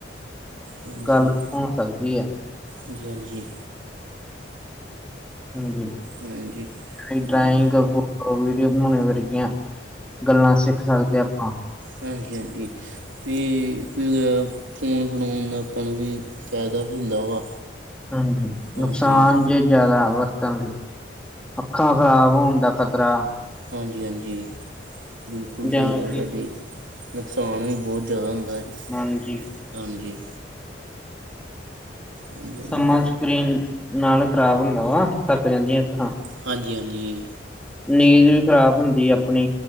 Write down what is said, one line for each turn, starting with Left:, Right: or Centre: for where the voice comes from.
Right: ਹਾਂਜੀ,
Centre: ਗੱਲ ਹੋ ਸਕਦੀ ਹੈ
Right: ਹਾਂਜੀ-ਹਾਂਜੀ।
Centre: ਹਾਂਜੀ,
Right: ਹਾਂਜੀ
Centre: ਡਰਾਇੰਗ
Right: ਵੀ
Centre: ਬਹੁ ਵੀਡੀਓ ਬਣਾਉਣੇ ਵਰਗੀਆਂ ਗੱਲਾਂ ਸਿੱਖ ਸਕਦੇ ਆਪਾਂ।
Right: ਹਾਂਜੀ-ਹਾਂਜੀ, ਤੇ ਫਿਰ ਤੇ ਇਨ ਗੁਣਾਂ ਆਪਾਂ ਨੂੰ ਵੀ ਫ਼ੈਦਾ ਵੀ ਹੁੰਦਾ ਵਾ।
Centre: ਹਾਂਜੀ,
Right: ਹਾਂਜੀ
Centre: ਨੁਕਸਾਨ ਜੇ ਜ਼ਾਦਾ ਵਰਤਣ ਲੀ, ਅੱਖਾਂ ਖ਼ਰਾਬ ਹੋਣ ਦਾ ਖਤਰਾ। ਤਰਾ
Right: ਹਾਂਜੀ-ਹਾਂਜੀ, ਬਿਲਕੁਲ ਸਹੀ
Centre: ਜਾਂ
Right: ਗੱਲ
Centre: ਕਿ
Right: ਤਾੱਡੀ। ਨੁਕਸਾਨ ਵੀ ਬੋਤ ਜ਼ਾਦਾ ਹੁੰਦਾ ਏ।
Centre: ਹਾਂਜੀ।
Right: ਹਾਂਜੀ। ਹਾਂਜੀ ਹਾਂਜੀ
Centre: ਸਮਾਂ ਸਕਰੀਨ ਨਾਲ ਖਰਾਬ ਹੁੰਦਾ ਵਾ, ਥੱਕ ਜਾਂਦੀਆਂ ਅਖਾੱ।
Right: ਹਾਂਜੀ-ਹਾਂਜੀ।
Centre: ਨੀਂਦ ਵੀ ਖ਼ਰਾਬ ਹੁੰਦੀ ਅਪਣੀ,